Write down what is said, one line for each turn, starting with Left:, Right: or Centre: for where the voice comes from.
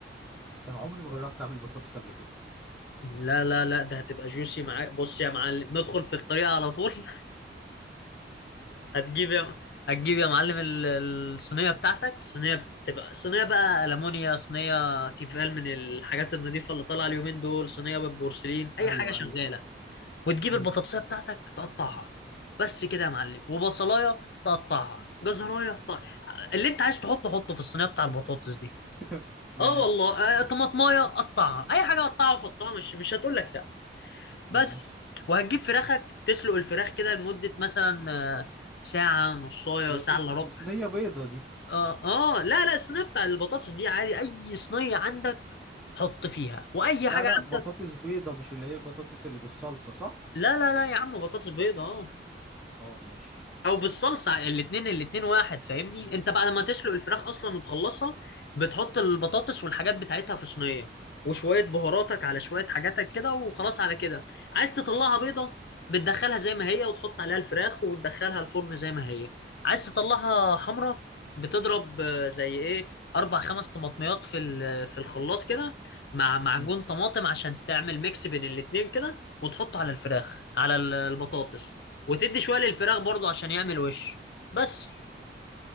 Centre: بس انا عمري ما جربت اعمل بطاطس قبل كده
Left: لا لا لا ده هتبقى جوسي معاك بص يا معلم ندخل في الطريقة على طول <laughs> هتجيب يا هتجيب يا معلم ال- الصينية بتاعتك صينية بتبقى صينية بقى ألمونيا صينية تيفال من الحاجات النظيفة اللي طالعة اليومين دول صينية بالبورسلين أي
Centre: ايوه
Left: حاجة شغالة
Centre: ايوه
Left: وتجيب
Centre: مم.
Left: البطاطسية بتاعتك تقطعها بس كده يا معلم وبصلاية تقطعها جزراية تقطع. اللي انت عايز تحطه حطه في الصينية بتاع البطاطس دي
Centre: <laughs> ماشي
Left: اه والله آه طماطمايه قطعها اي حاجه قطعها وحطها مش مش هتقول لك لا
Centre: ماشي
Left: بس وهتجيب فراخك تسلق الفراخ كده لمده مثلا آه، ساعه نصايه
Centre: هي
Left: ساعه
Centre: دي, دي,
Left: الا ربع
Centre: دي صينية بيضة دي
Left: اه اه لا لا الصينيه بتاع البطاطس دي عادي اي صينيه عندك حط فيها واي
Centre: لا
Left: حاجه
Centre: لا بطاطس
Left: عندك
Centre: بيضة مش اللي هي البطاطس اللي بالصلصة صح؟
Left: لا لا لا يا عم بطاطس بيضه اه
Centre: اه ماشي
Left: او بالصلصه الاثنين الاثنين واحد فاهمني انت بعد ما تسلق الفراخ اصلا وتخلصها بتحط البطاطس والحاجات بتاعتها في صينيه وشويه بهاراتك على شويه حاجاتك كده وخلاص على كده عايز تطلعها بيضه بتدخلها زي ما هي وتحط عليها الفراخ وتدخلها الفرن زي ما هي عايز تطلعها حمرا بتضرب آه، زي ايه اربع خمس طماطميات في ال- في الخلاط كده مع معجون
Centre: مم.
Left: طماطم عشان تعمل ميكس بين الاتنين كده وتحطه على الفراخ على ال- البطاطس وتدي شويه للفراخ برضو عشان يعمل وش بس